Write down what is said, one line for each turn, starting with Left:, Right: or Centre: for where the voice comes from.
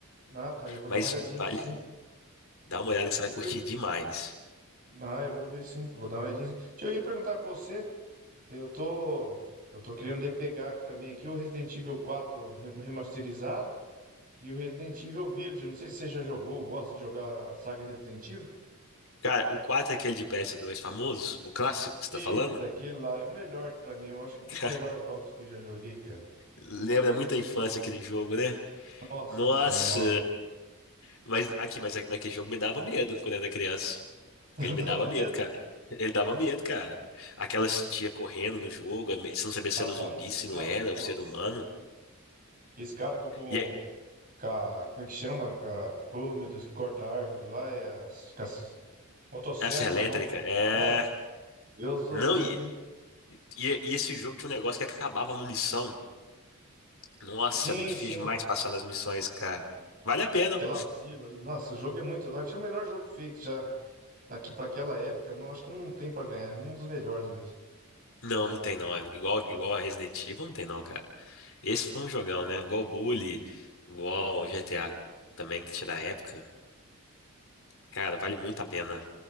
Right: Ah, tá. Eu vou
Left: Mas
Right: dar uma olhadinha
Left: vale.
Right: aqui, sim.
Left: Dá uma olhada que você vai curtir
Right: Eu- eu-
Left: demais.
Right: Ah, eu vou ver sim. Vou dar uma olhadinha. sim. Deixa eu ir perguntar pra você. Eu tô. Eu tô querendo daí pegar aqui também aqui o Resident Evil 4 re- remasterizado e o Resident Evil Village. Não sei se você já jogou, gosta de jogar a saga Resident Evil?
Left: Cara, o 4 é aquele de ps dois famoso, o clássico que você tá falando?
Right: Isso, daquele lá é o melhor que pra mim. Eu acho que é um dos
Left: <laughs>
Right: melhores jogos que eu já joguei, cara.
Left: Lembra muito a infância aquele jogo, né?
Right: Nossa
Left: Nossa!
Right: senhora.
Left: Mas aqui, mas é, mas aquele jogo me dava medo quando eu era criança.
Right: <laughs>
Left: Ele me
Right: Dava
Left: dava
Right: medo?
Left: medo, cara. Ele dava medo, cara. Aquelas tia correndo no jogo, você não sabia se
Right: Rapaz,
Left: era um zumbi,
Right: nem
Left: se
Right: fala.
Left: não era,
Right: nossa.
Left: um ser humano.
Right: Que esse cara com, com,
Left: E aí,
Right: com a- Como é que chama? Com a- oh, meu Deus, que corta a árvore lá. É as, com as motosserra
Left: essa elétrica,
Right: na mão.
Left: é.
Right: Vai. Deus o
Left: Não,
Right: livre,
Left: e,
Right: hein?
Left: e, e esse jogo tinha um negócio que acabava a munição. Nossa,
Right: Sim,
Left: era difícil
Right: sim.
Left: demais passar nas missões, cara. Vale a pena.
Right: Aquela vila. Nossa, o jogo é muito. louco. Acho que é o melhor jogo feito já daqui para aquela época. Não, acho que não tem para ganhar. É um dos melhores mesmo.
Left: Não, não tem não. É Igual, igual a Resident Evil, não tem não, cara. Esse foi um jogão, né? Igual o Bully, igual o GTA também que tinha na época. Cara, vale muito a pena.